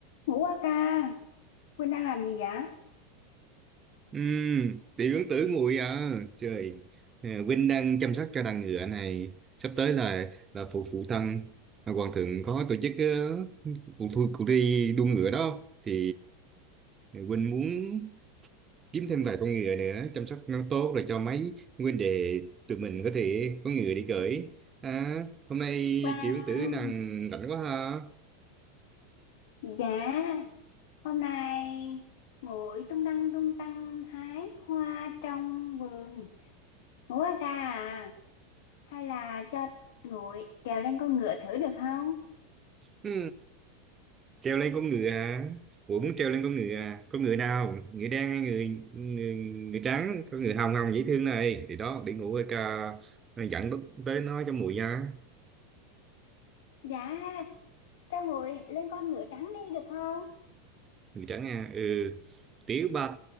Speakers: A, on the left; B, on the right.
A: Ngủ qua ca, Quynh đang làm gì vậy?
B: Ừ, tiểu ứng tử nguội à trời Ờ, Vinh đang chăm sóc cho đàn ngựa này sắp tới là là phụ phụ thân Ờ, hoàng thượng có tổ chức ờ, cuộc thi cuộc thi đua ngựa đó thì Vinh muốn kiếm thêm vài con ngựa nữa chăm sóc nó tốt rồi cho mấy huynh đệ tụi mình có thể có ngựa đi cưỡi à, hôm nay
A: Wow,
B: tiểu ứng tử nàng rảnh quá ha
A: dạ, hôm nay ngồi tung tăng tung tăng hái hoa trong vườn. Ngủ qua ca à? Hay là cho nguội trèo lên con ngựa thử được không?
B: ừ. treo lên con ngựa à, Ủa muốn treo lên con ngựa à con ngựa nào ngựa đen hay người người, người trắng con ngựa hồng hồng dễ thương này thì đó để ngủ ca dẫn bức tới nó cho mùi nha
A: Dạ, hay là cho nguội lên con ngựa trắng đi được không?
B: người trắng à ừ tiểu bạch